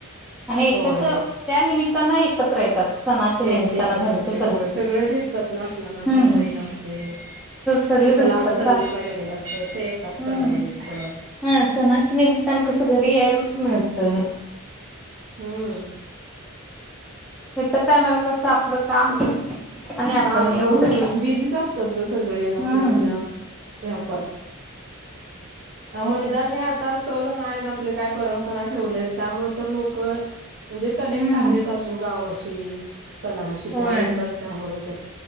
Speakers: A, in the centre; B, on the right.
A: आणि एकत्र
B: होय.
A: त्यानिमित त्यांना एकत्र येतात. सणाच्या निमित्तानं
B: एक एकत्र
A: घरचे
B: येतोय होय सगळे भेटतात ना आपल्या ना
A: हम्म
B: भाऊ बहीण आपले
A: सगळे
B: कुठ लांब
A: भेटतात
B: सर्विसला
A: सास
B: गेलेले असतय ते येतात
A: हम्म
B: सनानिमित्त
A: हा सणाच्या निमित्तानं कसं घरी यायला मी मिळतंय.
B: ह.. अ..
A: इतर टायमाला कसं आपलं काम <unintelligible> आपण
B: काम
A: एवढं
B: हम्म बिझीच असतात ग सगळे, आपल्या
A: हम्म
B: आपल्या व्यापात. अहो निदान हे आता सण हाय आपले आपले काय परंपरा ठेवलेत, त्यामुळे तर लोक म्हणजे कनेक्ट
A: हम्म
B: आहेत अजून! गावाशी. ते सणांशी
A: होय
B: त्या येतात त्यामुळ त